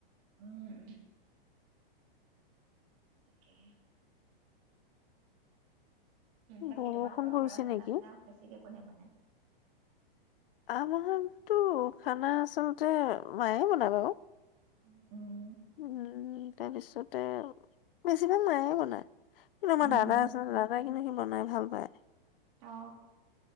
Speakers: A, on the right; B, on the left.
A: উম, উম। অকে বাকী
B: বৰষুণ
A: তোমালোকৰ
B: পৰিছে
A: ঘৰত
B: নেকি?
A: খানা পিনাও বেছিকে কোনে বনাই?
B: আমাৰতো খানা আচলতে মায়ে বনায় বাও।
A: উ উম
B: উম, তাৰপিছতে বেছিভাগ মায়ে বনায় কিন্তু আমাৰ
A: উম
B: দাদা আছে দাদাই। <unintelligible> বনাই ভাল পায়।
A: অ